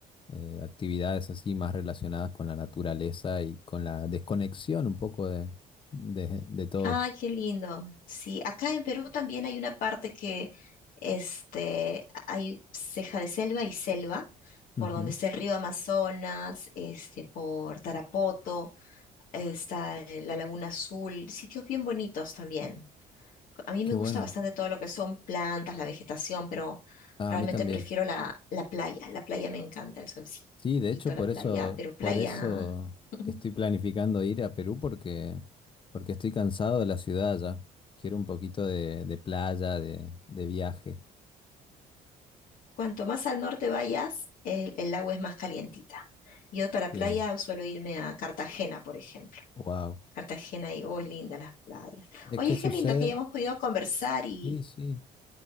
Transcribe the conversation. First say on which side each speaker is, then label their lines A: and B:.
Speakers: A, on the left; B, on the left.
A: eh, actividades así más relacionadas con la naturaleza y con la desconexión un poco de, de, de todo.
B: Ay, qué lindo. Sí, acá en Perú también hay una parte que este, hay ceja de selva y selva,
A: Ujú,
B: por donde está el río Amazonas, este, por Tarapoto, está eh, la Laguna Azul, sitios bien bonitos también. A mí me
A: Qué
B: gusta
A: bueno.
B: bastante todo lo que son plantas, la vegetación, pero
A: Ah,
B: realmente
A: A mí también.
B: prefiero la, la playa. La playa me encanta, el solcito,
A: Sí, de hecho,
B: la
A: por
B: playa,
A: eso,
B: pero playa.
A: por eso
B: <laughs>
A: estoy planificando ir a Perú porque, porque estoy cansado de la ciudad ya. Quiero un poquito de, de playa, de, de viaje.
B: Cuanto más al norte vayas, el, el agua es más calientita. Yo para
A: Que,
B: playa suelo irme a Cartagena, por ejemplo.
A: wow.
B: Cartagena y, oh, es linda las playas.
A: Es
B: Oye,
A: que sucede,
B: qué lindo que hayamos podido conversar y,
A: sí, sí.